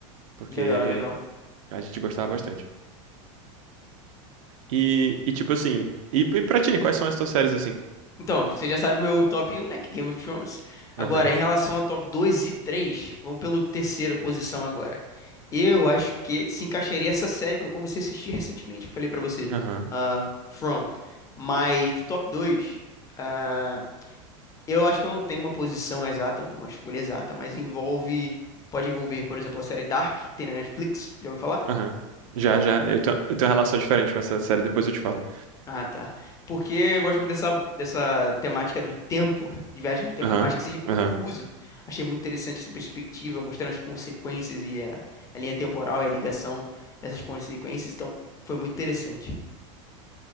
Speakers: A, on the right; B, on the left.
A: porque
B: Legal, legal.
A: a gente gostava bastante. E, e tipo assim, e, e pra ti, quais são as tuas séries assim?
B: Então, você já sabe meu top 1, né? Que é Game of Thrones. Agora,
A: Aham,
B: em relação a top 2 e 3, vamos pelo terceira posição agora. Eu acho que se encaixaria essa série que eu comecei a assistir recentemente, que eu falei pra você,
A: aham,
B: ah, From. Mas top 2, ah, eu acho que eu não tenho uma posição exata, uma escolha exata, mas envolve, pode envolver, por exemplo, a série Dark, que tem na Netflix, já ouviu falar?
A: aham. Já,
B: Então,
A: já, eu tenho, eu tenho uma relação diferente com essa série, depois eu te falo.
B: Ah, tá. Porque eu gosto muito dessa, dessa temática do tempo, de viagem do tempo,
A: Aham,
B: por mais que seja confuso.
A: aham.
B: Achei muito interessante essa perspectiva, mostrando as consequências e a, a linha temporal e a ligação dessas consequências. Então, foi muito interessante.